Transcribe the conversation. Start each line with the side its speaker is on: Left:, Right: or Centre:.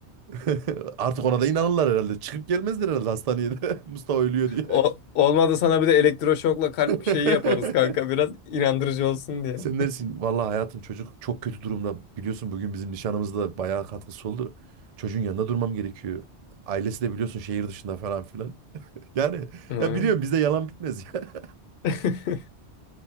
Right: <laughs> Artık ona da inanırlar herhalde. Çıkıp gelmezler herhalde hastaneye de. <laughs> Mustafa ölüyor diye.
Left: O, olmadı sana bir de elektroşokla kalp
Right: <laughs>
Left: şeyi yaparız kanka biraz inandırıcı olsun diye.
Right: Sen dersin vallahi hayatım çocuk çok kötü durumda. Biliyorsun bugün bizim nişanımızda bayağı katkısı oldu. Çocuğun yanında durmam gerekiyor. Ailesi de biliyorsun şehir dışında falan filan. <laughs> Yani
Left: Hı.
Right: ya biliyorum bizde yalan bitmez <laughs>
Left: <laughs>